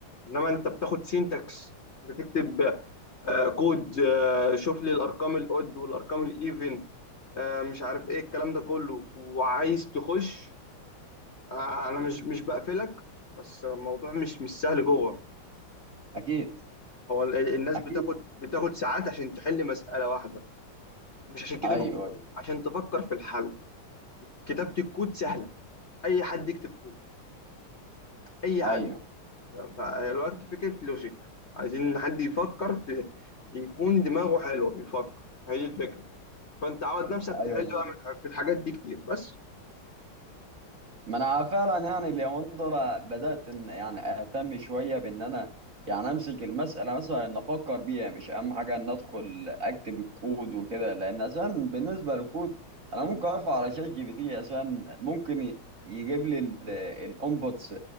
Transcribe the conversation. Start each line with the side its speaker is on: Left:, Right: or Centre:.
Left: انما انت بتاخد سينتاكس بتكتب آه، كود آه، شوف لي الارقام الاود والارقام الايفن آه، مش عارف ايه الكلام ده كله وعايز تخش آه، انا مش مش بقفلك بس الموضوع مش مش سهل جوه
Right: اكيد
Left: هو ال- ال- الناس
Right: اكيد
Left: بتاخد بتاخد ساعات عشان تحل مسألة واحدة مش عشان كتاب
Right: ايوه
Left: الكود عشان تفكر في الحل كتابة الكود سهلة أي حد يكتب كود أي حد
Right: ايوه
Left: ف- فالوقت فكرة لوجيك عايزين حد يفكر في يكون دماغه حلوة بيفكر هي دي الفكرة فأنت عود نفسك
Right: ايوه
Left: تحل بقى من- في الحاجات دي كتير بس
Right: ما انا فعلا يعني اليومين دول بدات ان يعني اهتم شويه بان انا يعني امسك المساله مثلا ان افكر بيها مش اهم حاجه ان ادخل اكتب الكود وكده لان اساسا بالنسبه للكود انا ممكن ارفع على شات جي بي تي اساسا ممكن ي- يجيب لي الانبوتس